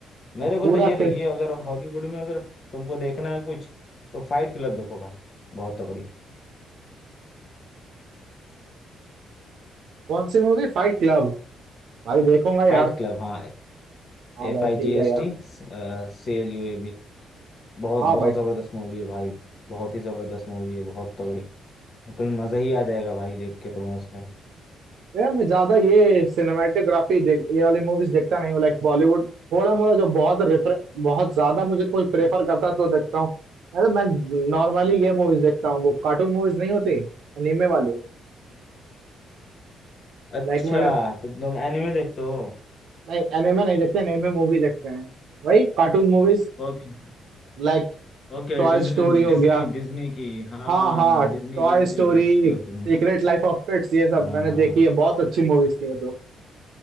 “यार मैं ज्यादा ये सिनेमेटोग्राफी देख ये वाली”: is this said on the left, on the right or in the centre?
Right